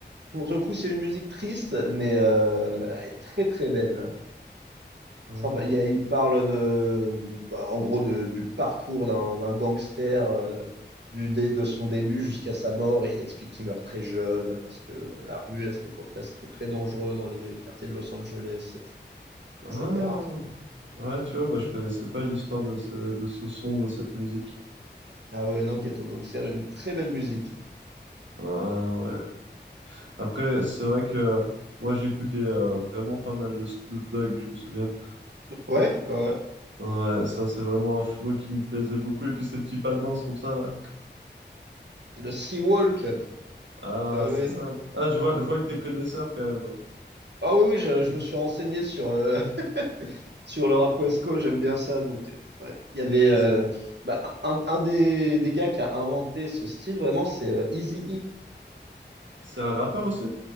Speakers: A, on the right (about 65°); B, on the right (about 85°).
A: pour le coup, c'est une musique triste, mais euh, elle est très très belle.
B: Ah,
A: Sympa. Il, y a- il parle de, bah, en gros de- du parcours d'un d'un gangster, euh, du, dé- de son début jusqu'à sa mort, et il explique qu'il meurt très jeune parce que la rue à cette époque-là, c'était très dangereux dans les quartiers de Los Angeles,
B: ah.
A: etc.
B: ouais, tu vois, bah, je connaissais pas l'histoire de ce, de ce son, de cette musique.
A: Ah ouais, non, Ghetto Gangster, une très belle musique.
B: Ah, ouais. Après, c'est vrai que moi, j'écoutais euh, vraiment pas mal de Snoop Dogg, je me souviens.
A: Ouais, ouais.
B: Ouais, ça, c'est vraiment un flow qui me plaisait beaucoup. Et puis, ces petits pas de danse comme ça. là.
A: Le Sea Walk.
B: Ah,
A: Ah oui,
B: c'est ça. Ah, je vois, je vois que t'es connaisseur quand même.
A: Ah oui, oui, je, je me suis renseigné sur, euh, sur le rap West Coast, j'aime bien ça. Donc, euh, ouais, il y avait euh,
B: Et C'est
A: bah, un, un des, des gars qui a inventé ce style, vraiment, c'est euh, Eazy E.
B: c'est un rappeur aussi?